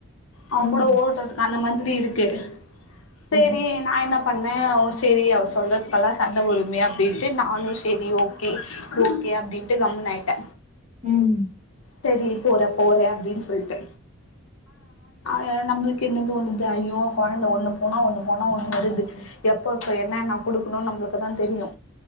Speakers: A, on the left (about 75°); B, on the right (about 30°).
A: அவன்
B: ம்
A: கூட ஓடுறதுக்கு அந்த மா அப்டி இருக்கு
B: ம்
A: சேரி நா என்னப் பண்ணே ஓ சேரி அவர் சொல்றதுக்கல்லா சண்ட ஒருமே அப்டின்ட்டு நானு சேரி ஓகே ஓகே அப்டின்ட்டு கம்முன் ஆய்ட்ட
B: உம்
A: சரி போற போறே அப்டின் ஸ் சொல்ட் வ நம்ளுக் என்னது ஒண்ணுதா ஐயோ கொழந்த ஒண்ணு போனா ஒண்ணு போனா ஒண்ணு வருது எப்ப இப்ப என்ன என்ன குடுக்குணு நம்ளுக்குதா தெரியு